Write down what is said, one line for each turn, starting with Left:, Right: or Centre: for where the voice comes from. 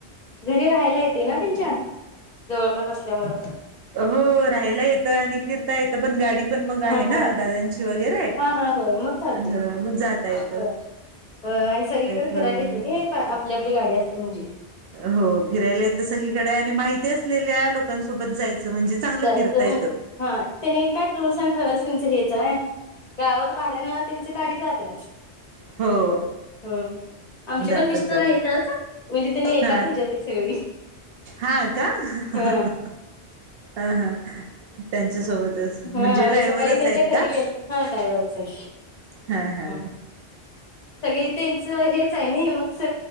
Left: घरी राहायला येते ना त्यांच्या? जवळपास असल्यामुळं.
Right: हो राहायला येतं आणि फिरता येत पण गाडी पण मग आहे
Left: हा
Right: ना
Left: हा
Right: दादांची वगैरे
Left: हा हा होय मग चालतंय
Right: अ
Left: की
Right: मग जाता येत
Left: आणि सगळीकडे
Right: प्रॉब्लेम
Left: फिरायला येते
Right: नाही
Left: ना आपली आपली गाडी असली म्हणजे
Right: हो फिरायला येत सगळीकडे आणि माहिती असलेल्या लोकांसोबत जायचं म्हणजे चांगलं
Left: जायचं
Right: फिरता येतं
Left: मग हा त्यानी काय टूर्स अँड ट्रॅव्हल्सचं हे्याचय गावात भाड्यान त्यांची गाडी जातात
Right: हो
Left: हो आमचे
Right: जातात
Left: पण मिस्टर
Right: जातात
Left: आहेतच म्हणजे त्यांनी एात
Right: हा
Left: ह्याच्यात सगळी
Right: हा का ह
Left: हा
Right: ह त्यांच्या सोबतच म्हणजे
Left: हा
Right: ड्रायव्हरच
Left: मी सकाळी त्यांच्या
Right: आहेत का
Left: घरी गेलो हा डायव्हरच आहेत.
Right: हा हा
Left: हां. सगळे त्यांच हेच आहे ना मग